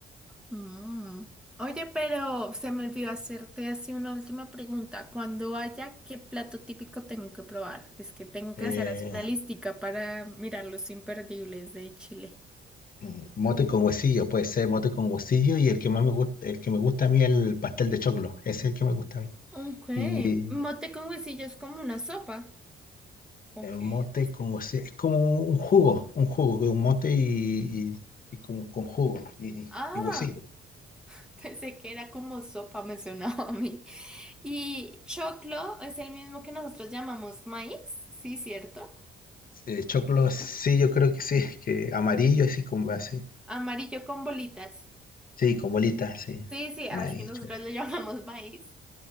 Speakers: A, in the centre; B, on the left.
A: Mm. Oye, pero se me olvidó hacerte así una última pregunta. Cuando vaya, ¿qué plato típico tengo que probar? Es que tengo que
B: Eh,
A: hacer así una listica para mirar los imperdibles de Chile.
B: mm, mote con huesillo, puede ser mote con huesillo y el que más me gusta, el que me gusta a mí es el pastel de choclo, ese es el que me gusta a mí.
A: Ok,
B: Y
A: mote con huesillo es como una sopa. Ok.
B: el mote
A: es-
B: con huesillo, es como un jugo, un jugo, de un mote y, y- y como con jugo y,
A: Ah,
B: y huesillo.
A: <laughs> Pensé que era como sopa, me sonaba a mí. Y choclo es el mismo que nosotros llamamos maíz, sí, ¿cierto?
B: Eh, choclo, sí, yo creo que sí, que amarillo así como así,
A: Amarillo con bolitas.
B: sí, con bolitas, sí.
A: Sí, sí, ah,
B: Maíz.
A: es que nosotros lo <laughs> llamamos maíz.